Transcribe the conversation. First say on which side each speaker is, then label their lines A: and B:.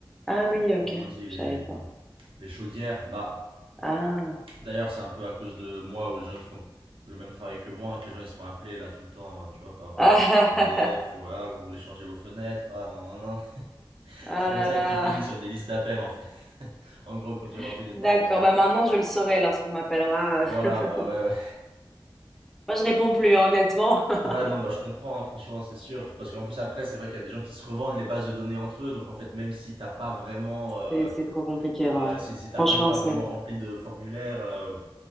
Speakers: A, in the centre; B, on the right.
A: Ah oui, OK.
B: comment on dit, les,
A: Je savais pas.
B: les chaudières. Bah,
A: Ah. <laughs>
B: d'ailleurs, c'est un peu à cause de moi ou les gens qui font le même travail que moi, que les gens ils se font appeler là tout le temps, euh, tu vois, par euh,
A: Ah, ah,
B: EDF
A: ah, ah.
B: ou ah, vous voulez changer vos fenêtres, ah non, non, non. <laughs>
A: Ah
B: C'est comme
A: là
B: ça
A: là.
B: qu'ils finissent sur des listes d'appels en fait. <laughs> En gros, quand tu remplis
A: <laughs>
B: des
A: D'accord.
B: formulaires.
A: Bah maintenant, je le saurai lorsqu'on m'appellera.
B: Voilà,
A: <laughs>
B: bah ouais, ouais.
A: Moi, je réponds plus, hein, honnêtement. <laughs>
B: Ouais, non, bah je comprends, hein, franchement, c'est sûr. Parce qu'en plus, après, c'est vrai qu'il y a des gens qui se revendent les bases de données entre eux. Donc, en fait, même si t'as pas vraiment, euh,
A: C'est c'est trop compliqué, en
B: euh,
A: vrai.
B: si, si t'as
A: Franchement,
B: même pas
A: c'est...
B: vraiment rempli de formulaire,